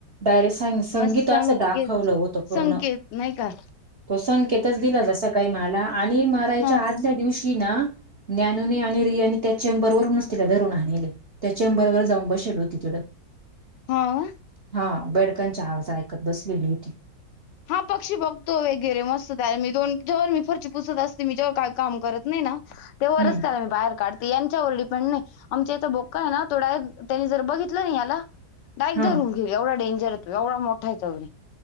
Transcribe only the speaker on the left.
मग संकेत
संकेत
नाही का
हा
हा.
हा पक्षी बघतो वगैरे मस्त त्याला मी दोन जेवर मी फरची पुसत असते मी जेववर का काम करत नाही ना तेव्हाच
मी त्याला बाहेर काढ यांच्यावर डिपेंड नाही आमच्या इथं बोक आहे नातो डायरेक्ट त्यांनी जर बघितलं ना याला डायरेक्ट
धरून घेऊ एवढा डेंर त एवढ मोठा तोढे